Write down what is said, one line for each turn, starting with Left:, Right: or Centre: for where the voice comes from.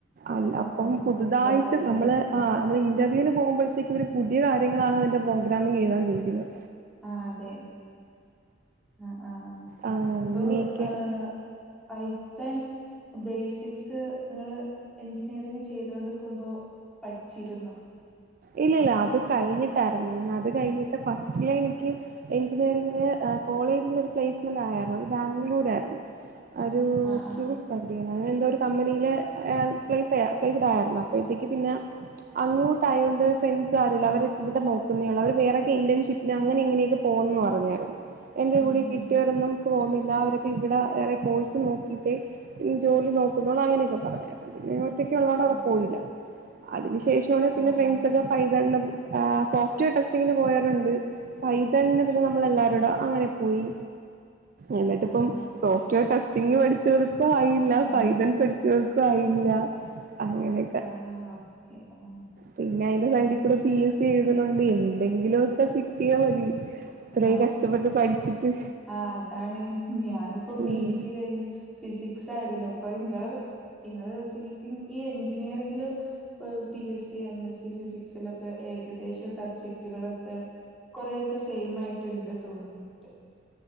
Right: അല്ല
Centre: ഓ
Right: അപ്പം
Centre: ഓ
Right: പുതുതായിട്ട്
Centre: അത്രേ ഉള്ളൂ അല്ലേ
Right: നമ്മള് ആഹ് നമ്മള് ഇന്റർവ്യൂന് പോവുമ്പഴത്തേക്കും ഇവര് പുതിയ കാര്യങ്ങളാണ് അതിന്റെ പ്രോഗ്രാമിന് എഴുതാൻ ചോയ്ക്ക്ന്നത്.
Centre: ആഹ് അതെ, അ ആഹ്
Right: ആ അങ്ങനെയൊക്കെയായിരുന്നു
Centre: ഇപ്പോ ഏഹ് പൈത്തൺ ബേസിക്സ് ങ്ങള് എഞ്ചിനീയറിങ് ചെയ്തോണ്ട്ക്ക് മ്പോ പഠിച്ചിരുന്നോ?
Right: ഇല്ലല്ല, അത് കഴിഞ്ഞിട്ടാര്ന്നു. ഞാനത് കഴിഞ്ഞിട്ട് ഫസ്റ്റിലേ എനിക്ക് എഞ്ചിനീയറിങ്ങിന് ഏ കോളേജിൽ ഒരു പ്ലേസ്മെന്റ് ആയാര്ന്നു. അത് ബാംഗ്ലൂരാ യിര്ന്നു. അരൂ <unintelligible>
Centre: ആഹ് ആഹ്
Right: കണ്ടീനു. അങ്ങനെ എന്തോ ഒരു കമ്പനിയിലെ എ പ്ലേസായ പ്ലെയ്സിടായാരുന്നു. അപ്പഴത്തേക്ക് പിന്നെ അങ്ങോട്ടായോണ്ട് ഫ്രണ്ട്സ് ആരൂല്ല. അവര് ഇവിടെ നോക്കുന്നേ ഉള്ളൂ. അവരാ വേറൊക്കെ ഇന്റേൺഷിപ്പിന് അങ്ങനെ ഇങ്ങനെയൊക്കെ പോവുംന്ന് പറഞ്ഞായിരുന്നു. എന്റെ
Centre: ഉം
Right: കൂടി കിട്ട്യോരൊന്നും
Centre: ഉം
Right: പോവ്ന്നില്ലാ, അവരൊക്കെ ഇവിട വേറെ കോഴ്സ് നോക്കിയിട്ടെ ഇനി ജോലിനൊക്കുന്നൊള്ളു അങ്ങനെയൊക്കെ പറഞ്ഞാര്ന്നു. പിന്നെ ഒറ്റക്ക് ള്ളോണ്ട് അവിടെ
Centre: ഉം
Right: പോയില്ല. അതിന് ശേഷവാണ് പിന്നെ
Centre: ആഹ്
Right: ഫ്രണ്ട്സൊക്കെ
Centre: ആഹ് ഓക്കെ
Right: പൈതൽനെ ആഹ് സോഫ്റ്റ് വെയർ ടെസ്റ്റിങ്ങിന് പോയവരുണ്ട്. പൈതൽനെ പിന്നെ നമ്മളെല്ലാരൂടെ
Centre: ആഹ്
Right: അങ്ങനെ പോയി. എന്നിട്ട്പ്പം
Centre: ആഹ് ആഹ് ഓക്കെ
Right: സോഫ്റ്റ്‌വെയർ ടെസ്റ്റിംഗിന് പഠിച്ചവർക്കു ആയീ ല്ലാ. പൈതൻ
Centre: ഉം
Right: പഠിച്ചവർക്കും ആയില്ലാ. അങ്ങനെയൊക്കെ
Centre: ആഹ് ഓക്കെ ആഹ്
Right: പിന്നെ അയ്ൻ്റെ
Centre: അപ്പം
Right: സൈഡിക്കുടെ പി എസ് സി എഴുതുന്നുണ്ട്. എന്തെങ്കിലൊക്കെ കിട്ടിയാ മതി. ഇത്രയും
Centre: ഹാ
Right: കഷ്ടപ്പെട്ട് പഠിച്ചിട്ട്
Centre: ആഹ് അതാണ്, ഞാനുപ്പോ
Right: ഉം
Centre: പീ ജി കഴിഞ്ഞ് ഫിസിക്സായിരുന്നു. ഇപ്പൊ ഇങ്ങള്, ഇങ്ങള് <unintelligible> ഈ എഞ്ചിനീയറിങ്ങില് ഇപ്പം B S C, M S C, ഫിസിക്സിലൊക്കെ ഏകദേശ സബ്ജക്ടുകളൊക്കെ കൊറേക്കെ സെയ്മായിട്ട് ഇണ്ട് തോന്നുന്നുണ്ട്.